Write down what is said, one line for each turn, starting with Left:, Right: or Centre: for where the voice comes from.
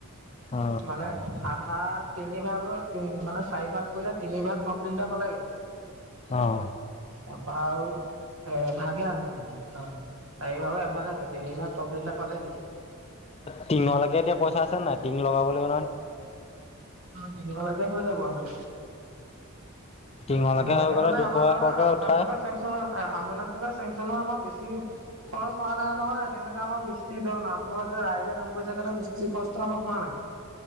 Left: অ
Right: মানে আঠ ভা তিনি ভাগত মানে চাৰি ভাগ কৰিলে তিনি ভাগ টপ লিনটা পালেগে।
Left: অহ
Right: তাপা আও এভাগে আছে। অ চাৰিভাগৰ এভাগ আছে তিনিভাগ টপ লিনটা পালে গে।
Left: টিঙলৈকে এতিয়া পইচা আছে নাই টিঙ লগাব লাগিব নহয়।
Right: অ টিং লৈকে হৈ যাব হেনো।
Left: টিঙলৈকে
Right: তোমালোকে
Left: হৈ গ'লে
Right: মানে
Left: দুশ
Right: আমাৰ ধৰা
Left: এশকে
Right: আঢ়
Left: উঠাই
Right: লাখ টকা চেংচন হয়। আঢ়ৈ লাখ টকা চেংচন হোৱা আমাৰ বেছি খৰচ হোৱা নাই নহয়। এতিয়ালৈকে আমাৰ মিস্ত্ৰী ধ নামঘৰত ৰাইজে কাম কৰিছে কাৰণে মিস্ত্ৰী খৰচটো আমাৰ হোৱা নাই।